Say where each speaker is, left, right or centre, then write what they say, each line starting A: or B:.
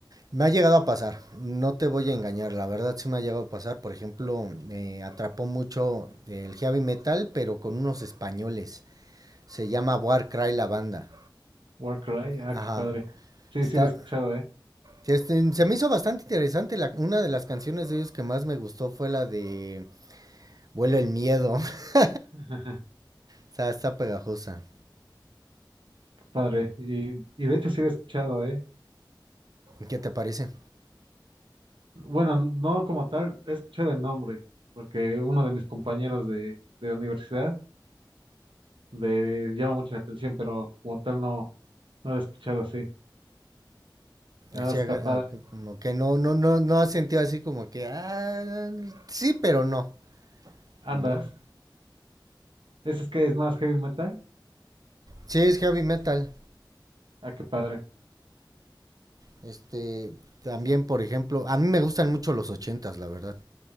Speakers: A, on the right; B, on the right.
A: Me ha llegado a pasar, no te voy a engañar, la verdad sí me ha llegado a pasar. Por ejemplo, me atrapó mucho el heavy metal, pero con unos españoles. Se llama Warcry la banda.
B: Warcry, ah,
A: Ajá.
B: qué padre. Sí,
A: Está,
B: sí lo he escuchado, ¿eh?
A: este, se me hizo bastante interesante. la- una de las canciones de ellos que más me gustó fue la de Vuelo el miedo. <laughs>
B: <laughs>
A: Está, está pegajosa.
B: Qué padre. Y, y de hecho sí lo he escuchado, ¿eh?
A: ¿Qué te parece?
B: Bueno, no como tal, he escuchado el nombre, porque uno de mis compañeros de, de la universidad le llama mucho la atención, pero como tal no, no lo he escuchado así. Ah,
A: Así,
B: está
A: haga-
B: padre.
A: como que no, no, no, no has sentido así como que, ah, sí, pero no,
B: Andas.
A: ¿no?
B: ¿Ese es que es más heavy metal?
A: Sí, es heavy metal.
B: Ah, qué padre.
A: Este, también, por ejemplo, a mí me gustan mucho los ochentas, la verdad.